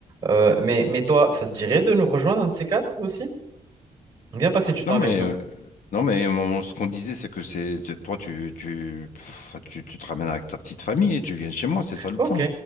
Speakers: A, on the right (about 25°); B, on the left (about 65°).
A: Euh, mais, mais toi, ça te dirait de nous rejoindre, un de ces quatre aussi? Viens passer du temps
B: Non mais
A: avec nous.
B: euh, non mais mon- ce qu'on disait c'est que c'est t- toi tu tu, pff, tu tu te ramènes avec ta petite famille et tu viens chez moi c'est ça le
A: Ok,
B: plan